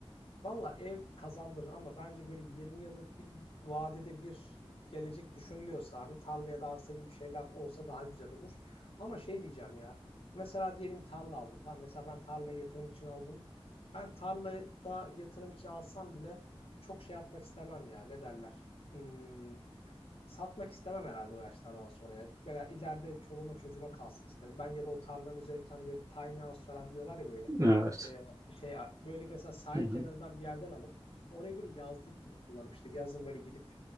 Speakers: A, on the left; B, on the right.
A: Valla ev kazandırır ama bence böyle 20 yıllık bir vadede bir gelecek düşünülüyorsa abi tarla ya da arsa gibi şeyler olsa daha güzel olur. Ama şey diyeceğim ya mesela diyelim tarla aldım tamam mesela ben tarlayı yatırım için aldım. Ben tarlada yatırım için alsam bile çok şey yapmak istemem ya ne derler. Hmm, satmak istemem herhalde o yaşlardan sonra ya. Mesela ileride çoluğuma çocuğuma kalsın isterim. Ben ya da o tarlanın üzerine bir tane böyle tiny house falan diyorlar ya böyle.
B: Evet.
A: Ee, şey böyle mesela sahil
B: Hı hı.
A: kenarından bir yerden alıp orayı böyle yazlık gibi kullanıp işte yazın böyle gidip